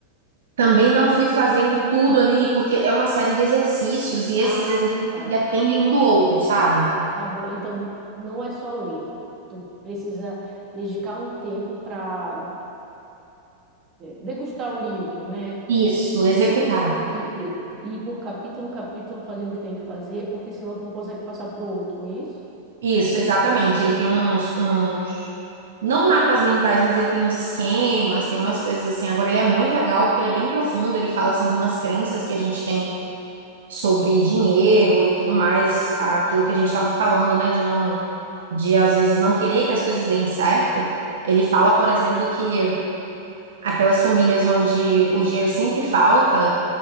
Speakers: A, on the right; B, on the right.
A: também não fui fazendo tudo ali, porque é uma série de exercícios e
B: Ah,
A: esses exercícios
B: tá.
A: dependem um do outro, sabe?
B: Tá bom. Então, não é só ler. Tu precisa dedicar um tempo para degustar o livro, né?
A: Isso, executar.
B: Ir por, ir, ir ir por capítulo, capítulo, fazendo o que tem que fazer, porque senão tu não consegue passar pro outro, é isso?
A: Isso, exatamente. Ele tem uns uns não mapas mentais, mas ele tem uns esquemas, tem umas coisas assim. Agora, ele é muito legal, porque ele é bem profundo, ele fala assim de umas crenças que a gente tem sobre dinheiro e tudo mais, aquilo que a gente estava falando, né, de não, de às vezes não querer que as coisas deem certo. Ele fala, por exemplo, que aquelas famílias onde o dinheiro sempre falta